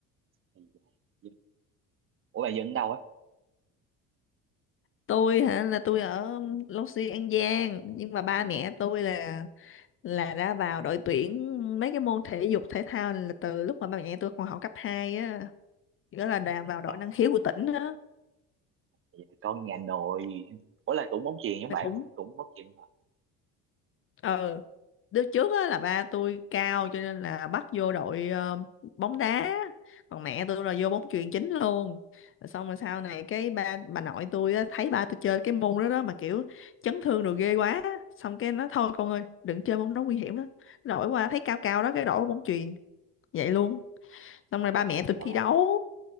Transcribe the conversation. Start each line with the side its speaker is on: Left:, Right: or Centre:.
Right: Ây da, dân- Ủa bạn dân đâu á?
Left: tôi hả là tôi ở Long Xuyên An Giang nhưng mà ba
Right: Ừ.
Left: mẹ tôi là là đã vào đội tuyển mấy cái môn thể dục thể thao là từ lúc mà ba mẹ tôi còn học cấp 2 á nghĩa
Right: À,
Left: là đã vào đội
Right: ra,
Left: năng khiếu của tỉnh á
Right: vậy là con nhà nội. Ủa là cũng bóng chuyền giống
Left: Thì
Right: bạn
Left: cũng
Right: không? ạ? Cũng bóng chuyền không? ạ?
Left: ờ đứa trước á là ba tôi cao cho nên là bắt vô đội ờ, bóng đá còn mẹ tôi là vô bóng chuyền chính luôn Rồi xong rồi sau này cái ba bà nội tôi á, thấy ba tôi chơi cái môn đó đó mà kiểu chấn thương rồi ghê quá xong cái nó thôi con ơi đừng chơi môn đó nguy hiểm đó đổi qua thấy cao cao đó cái đổi qua bóng chuyền vậy luôn xong rồi ba mẹ
Right: Dạ
Left: tôi thi
Right: bạn.
Left: đấu